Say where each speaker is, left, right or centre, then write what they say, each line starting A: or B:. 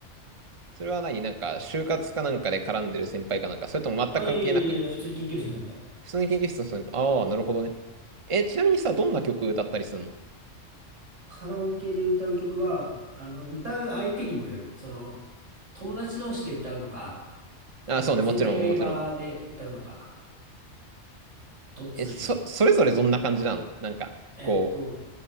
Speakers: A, on the right (about 30°); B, on the right (about 75°).
A: それは何なんか、就活かなんかで絡んでる先輩かなんか、それとも全く関係なく。
B: あ、いやいやいやいや、普通に研究室の先輩。
A: 普通に研究室の人に、ああ、なるほどね。え、ちなみにさ、どんな曲歌ったりするの
B: カラオケで歌う曲は、あの、歌う相手にもよる。その、友達同士で歌うのか、
A: ああ、
B: あと、
A: そうね、
B: まあ、先輩がいる場で歌うのか、
A: もちろん、もちろん。
B: どっちのイメージ
A: え、そ、それぞれどんな感じなのなんか、
B: えっと、
A: こう、